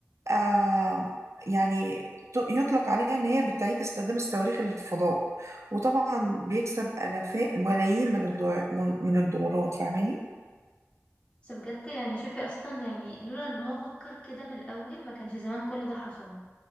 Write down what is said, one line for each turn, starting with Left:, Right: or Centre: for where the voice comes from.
Right: آم، يعني ت- يطلق عليها إن هي بتعيد استخدام الصواريخ للفضاء وطبعا بيكسب آلاف ملايين من الدولار من من الدولارات فاهماني؟
Left: بس بجد يعني شوفي اصلا يعني لولا ان هو فكر كده من الاول ما كانش زمان كل ده حصل